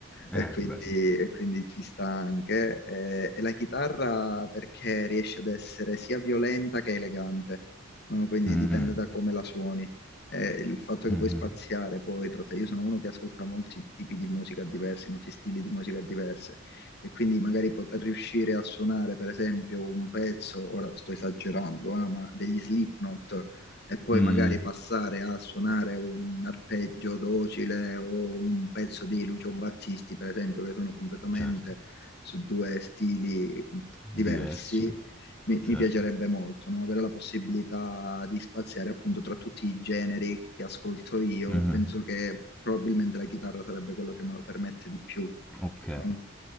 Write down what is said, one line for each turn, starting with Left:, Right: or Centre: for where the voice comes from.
Left: e
Centre: Eh,
Left: quindi,
Centre: beh, sì.
Left: e quindi ci sta anche. eh, e la chitarra perché riesce ad essere sia violenta che elegante, no? Quindi
Centre: Mm,
Left: dipende da come la suoni. Eh, il fatto
Centre: mm,
Left: che puoi spaziare poi, tratta- io sono uno che ascolta molti tipi di musica diversi, molti stili di musica diversi e quindi magari poter riuscire a suonare, per esempio, un pezzo, ora sto esagerando, ah, ma degli Slipknot, e poi
Centre: mm,
Left: magari passare a suonare un arpeggio docile o un pezzo di Lucio Battisti, per esempio, che sono completamente
Centre: certo,
Left: su due stili diversi.
Centre: diversi.
Left: Mi,
Centre: Certo.
Left: mi piacerebbe molto, no? Avere la possibilità di spaziare appunto tra tutti i generi che ascolto io.
Centre: Mhm,
Left: Penso che probabilmente la chitarra sarebbe quello che me lo permette di più,
Centre: Ok.
Left: no?